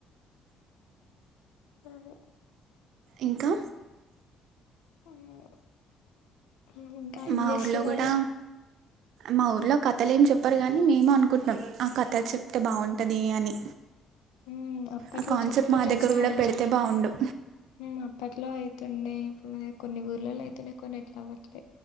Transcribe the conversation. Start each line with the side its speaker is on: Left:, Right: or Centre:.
Left: అహ
Right: ఇంకా
Left: అమ్మో ఉమ్ ఇంకా ఏం
Right: మా
Left: చేస్తున్నావు
Right: ఊర్లో కూడా
Left: మరి
Right: మా ఊరిలో కథలు ఏం చెప్పరు కానీ, మేమే అనుకుంటున్నాం ఆ కథలు చెప్తే బాగుంటుంది అని.
Left: హమ్ అప్పట్లో
Right: ఆ కాన్సెప్ట్
Left: చెప్తుండే
Right: మా దగ్గర
Left: చాలా
Right: కూడా పెడితే బాగుండు
Left: హ్మ్ అప్పట్లో అయితుండే ఇప్పుడు కొన్ని ఊర్లో అయితున్నాయి. కొన్ని ఎట్లా అవ్వట్లే